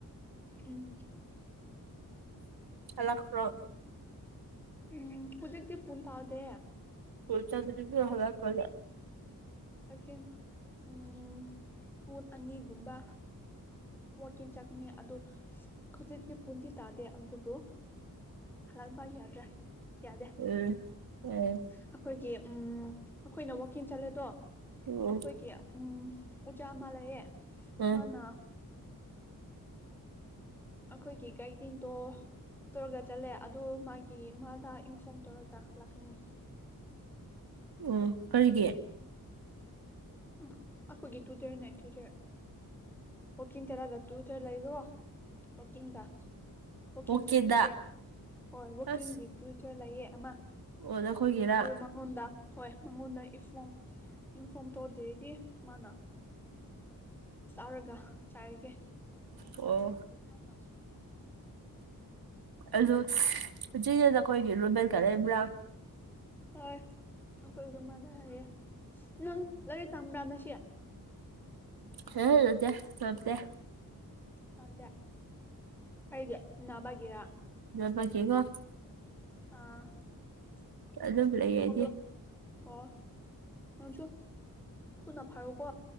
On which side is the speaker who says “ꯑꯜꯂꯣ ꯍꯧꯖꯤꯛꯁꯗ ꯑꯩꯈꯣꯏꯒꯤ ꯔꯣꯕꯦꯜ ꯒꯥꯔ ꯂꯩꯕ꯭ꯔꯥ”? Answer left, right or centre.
Right